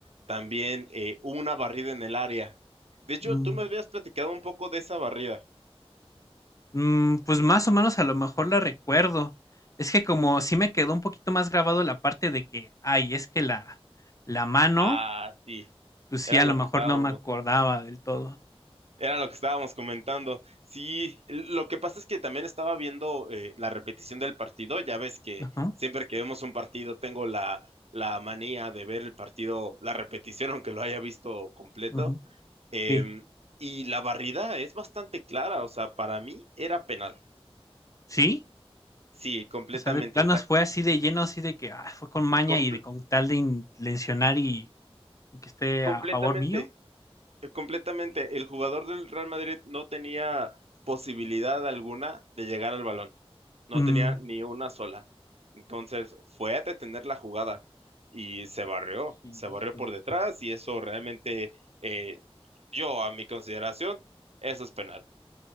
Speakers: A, on the right; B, on the left.
A: También eh, hubo una barrida en el área. De hecho,
B: Mm.
A: tú me habías platicado un poco de esa barrida.
B: Mm, pues más o menos a lo mejor la recuerdo. Es que como sí me quedó un poquito más grabado la parte de que, ay, es que la, la mano,
A: Ah, sí,
B: pues sí,
A: era
B: a
A: lo
B: lo mejor
A: que estábamos.
B: no me acordaba del todo.
A: Era lo que estábamos comentando. Sí, lo que pasa es que también estaba viendo eh, la repetición del partido. Ya ves que
B: Ajá,
A: siempre que vemos un partido tengo la, la manía de ver el partido, la repetición, <laughs> aunque lo haya visto completo.
B: ujú,
A: Eh,
B: Sí,
A: y la barrida es bastante clara. O sea, para mí era penal.
B: sí,
A: Sí, completamente.
B: O sea, de planos
A: ta-
B: fue así de lleno, así de que ah, fue con maña
A: comple-
B: y de con tal de intencionar y, y que esté
A: completamente,
B: a favor mío.
A: eh, completamente. El jugador del Real Madrid no tenía posibilidad alguna de llegar al balón. No
B: Mm,
A: tenía ni una sola. Entonces fue a detener la jugada y se barrió,
B: híjole.
A: se barrió por detrás y eso realmente, eh, yo a mi consideración, eso es penal.